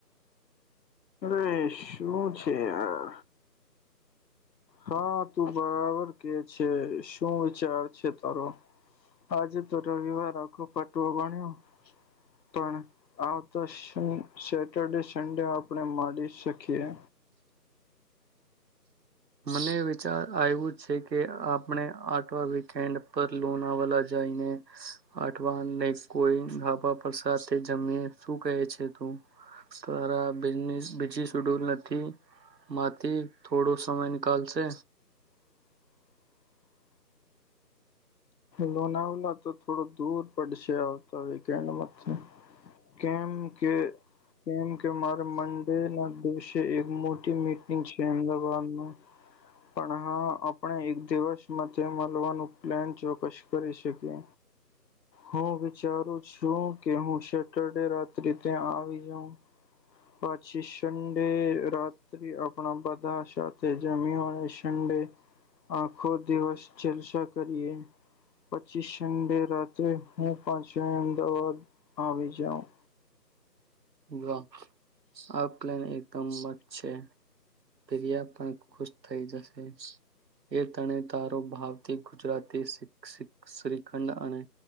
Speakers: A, on the left; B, on the right.
A: અ શું છે યાર હા તું બરાબર કે છે શું વિચાર છે તારો આજે તો રવિવાર આખો પટવો ભણ્યો પણ આવ તો સેટરડે સન્ડે આપણે માંડી શકીએ
B: મને વિચાર આવ્યું છે કે આપણે આઠવા વીકન્ડ પર લોન આવલા જઈને આઠવાને કોઈાબા પર સાથે જમીએ શું કહે છે તું તાર બીજી સડ્યુલ નથી થી થોડું સમય નિકાલશે
A: લોનાવલા તો થોડો દૂર પડશે આવતા વીકેન્ડથી કેમ કેમ ુમાર મંડેના દેશ એક મોટી મીટ છે અમદાદ પણ હા આપણે એક દિવસ માટે મળવાનું પ્લાન ચોક્કસ કરી શકે હું વિચારું છું કે હું સેટરડે રાત્રિ ત્યાં આવી જાઉં પછી ંડે રાત્રે આપણા બધા સાથે જમી્યો અને શંડે આખો દિવસ જલસા કરીએ પછી શંડે રાત્રે હું પાછ અમદાવાદ આવી જાઉં
B: વાહ આ પ્લેન એક કબત છે પ્રિયા પણ ખુશ થઈ જશે એ તણે તારો ભાગ ગુજરાતી શ્રીખંડ અને